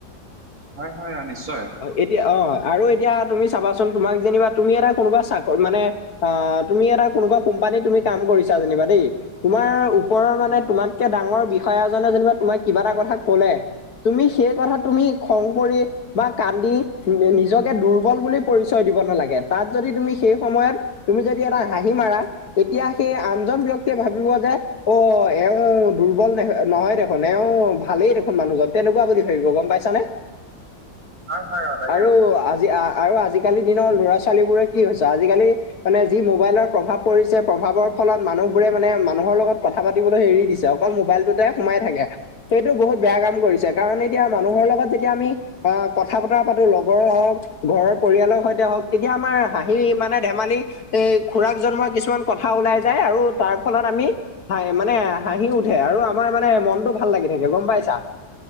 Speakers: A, on the right; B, on the left.
A: হয় হয় অ নিশ্চয়
B: এতিয়া অ', আৰু এতিয়া তুমি চাবাচোন, তোমাক যেনিবা তুমি এটা কোনোবা চাক মানে অ', তুমি এটা কোনোবা কোম্পানীত তুমি কাম কৰিছা যেনিবা দেই, তোমাৰ ওপৰৰ মানে,
A: হয় হয়
B: তোমাতকে ডাঙৰ বিষয়াজনে যেনিবা তোমাক কিবা এটা কথা ক'লে, তুমি সেই কথা তুমি খং কৰি বা কান্দি, নিজকে দুৰ্বল বুলি পৰিচয় দিব নালাগে, তাত যদি তুমি সেই সময়ত তুমি যদি এটা হাঁহি মাৰা, তেতিয়া সেই আনজন ব্যক্তিয়ে ভাবিব যে অ', এওঁ দুৰ্বল নহয়, দেখোন, এওঁ ভালেই দেখোন মানুহজন। তেনেকুৱা বুলি ভাবিব গ'ম পাইছানে,
A: হয় হয় অ তাকে
B: আৰু
A: অ
B: আজি আ আৰু আজিকালি দিনৰ ল'ৰা ছোৱালী বোৰে কি হৈছে, আজিকালি মানে যি মোবাইলৰ প্ৰভাৱ পৰিছে, প্ৰভাৱৰ ফলত মানুহবোৰে মানে মানুহৰ লগত কথা পাতিবলৈ এৰি দিছে। অকল মোবাইলটোতে সোমাই থাকে, ত' এইটো বহুত বেয়া কাম কৰিছে, কাৰণ এতিয়া মানুহৰ লগত যেতিয়া আমি আহ কথা বতৰা পাতো, লগৰ হওঁক ঘৰৰ পৰিয়ালৰ সৈতে হওঁক তেতিয়া আমাৰ সি মানে ধেমালি, এ, খুৰাক জন্মোৱা কিছুমান কথা ওলাই যায় আৰু তাৰ ফলত আমি হাঁ, মানে হাঁহি উঠে, আৰু আমাৰ মানে মনটো ভাল লাগি থাকে। গম পাইছাঁ,